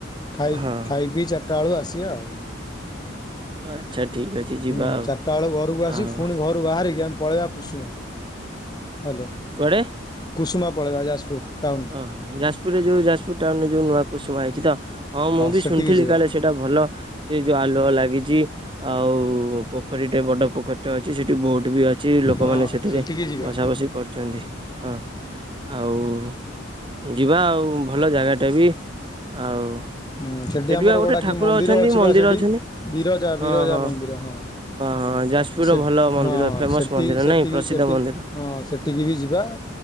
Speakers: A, on the left; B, on the right.
A: ଖାଇ
B: ହଁ
A: ଖାଇପିଇ ଚାରିଟା ବେଳକୁ ଆସିବା ଆଉ।
B: <unintelligible> ଆଚ୍ଛା ଠିକ୍ ଅଛି। ଯିବା
A: ହୁଁ
B: ଆଉ
A: ଚାରିଟା ବେଳକୁ ଘରକୁ ଆସି
B: ଆଉ
A: ଫୁଣି ଘରୁ ବାହାରିକି ଆମେ ପଳେଇବା କୁସୁମା ହ୍ୟାଲୋ
B: କୁଆଡେ
A: କୁସୁମା ପଳେଇବା ଯାଜପୁର ଟାଉନ୍।
B: ଓହୋ ଯାଜପୁରରେ ଯୋଉ ଯାଜପୁର ଟାଉନରେ ଯୋଉ ନୂଆ କୁସୁମା ହେଇଛି ତ ହଁ ମୁଁ ବି
A: ସେଠିକି
B: ଶୁଣିଥିଲି
A: ଯିବା।
B: କାଳେ ସେଇଟା ଭଲ ସେ ଯୋଉ ଆଲୁଅ ଲାଗିଛି, ଆଉ ପୋଖରୀଟେ ବଡ ପୋଖରୀଟେ ଅଛି ସେଠି ବୋଟ ବି ଅ ଛି ଲୋକମାନେ
A: ହଁ
B: ସେଥିରେ
A: ସେଠିକି ଯିବା
B: ବସା ବସି କରୁଛନ୍ତି। ହଁ ଆଉ ଯିବା ଆଉ ଭଲ ଜାଗାଟା ବି ଆଉ
A: ହଁ ସେଠି ଆମର
B: ବା ଗୋଟେ
A: ଗୋଟାକି
B: ଠାକୁର
A: ମନ୍ଦିର
B: ଅଛନ୍ତି
A: ଅଛି
B: ମନ୍ଦିର
A: ବା ସେଇଠି
B: ଅଛନ୍ତି
A: ବିରଜା
B: ହଁ
A: ବିରଜା
B: ହଁ
A: ମନ୍ଦିର ହଁ।
B: ହଁ ଯାଜପୁରର
A: ସେ
B: ଭଲ ମନ୍ଦିର
A: ହଁ
B: ଫେମସ
A: ସେଠି
B: ମନ୍ଦିର
A: ସେଠିକି
B: ନାଇଁ ପ୍ରସିଦ୍ଧ
A: ସେଠିକି
B: ମନ୍ଦିର
A: ହଁ ସେଠିକି ବି ଯିବା